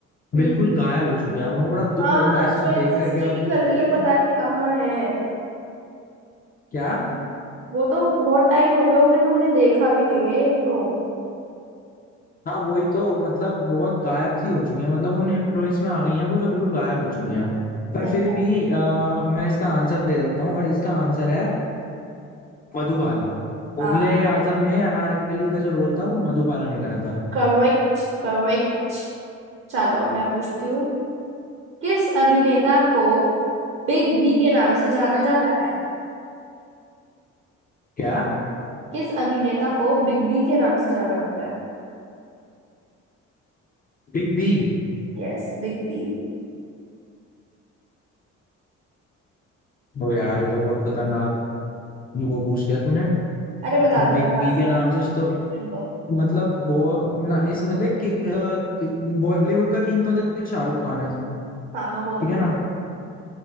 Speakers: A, on the right (about 45°); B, on the left (about 30°).
A: हम्म,
B: बिल्कुल गायब हो चुकी है यार मेरे को बड़ा दुख
A: हाँ
B: होता है सुन
A: जो एग्जिस्ट
B: देख करके और
A: ही नहीं
B: सुन
A: कर
B: करके
A: रही है पता नहीं कहाँ है
B: क्या
A: वो तो बहुत टाइम हो गया उन्हें हमने देखा भी नहीं है इनको
B: हाँ वही तो मतलब बहुत गायब सी हो चुकी है मतलब उन हीरोइंस में आ गई हैं वो जो बिल्कुल गायब हो चुकी हैं पर
A: सही
B: फिर
A: बात
B: भी आ, मैं इसका आंसर दे देता हूँ और इसका आंसर है मधुबाला मुगले
A: हाँ
B: आजम में अनारकली का जो रोल था वो मधुबाला ने करा था
A: करेक्ट करेक्ट चलो मैं पूछती हूँ किस अभिनेता को बिग बी के नाम से जाना जाता है
B: क्या
A: किस अभिनेता को बिग बी के नाम से जाना जाता है
B: बिग बी
A: Yes Big B
B: ओ यार ये तो बहुत खतरनाक वो पूछ लिया तूने
A: अरे बता दो
B: बिग
A: क्या बात
B: बी के नाम
A: है
B: से तो
A: तो।
B: मतलब वो ना इसमें देख किंग बॉलीवुड का किंग तो देख शाहरुख खान है
A: हाँ वो तो
B: ठीक
A: पता
B: है ना
A: है।